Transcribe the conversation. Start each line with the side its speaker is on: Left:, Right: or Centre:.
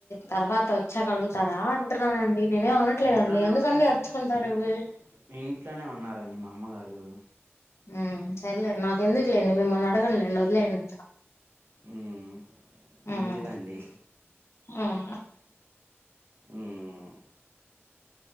Left: తర్వాత వచ్చాకడుగుతారా అంటునానండి నేనేం అనట్లేదండి
Right: ఇంట్లోనే
Left: ఎందుకండి
Right: ఉన్నారండి
Left: అడుచుకుంటారు
Right: ఇన్-
Left: ఇవి
Right: ఇంట్లోనే ఉన్నారండి మా అమ్మగారు
Left: మ్ సరేలేండి నాకు ఎందుకు లేండి మిమ్మల్ని అడగనులేండి వదిలేయండి ఇంకా
Right: మ్మ్. మంచిదండి
Left: ఉమ్, ఉమ్,
Right: మ్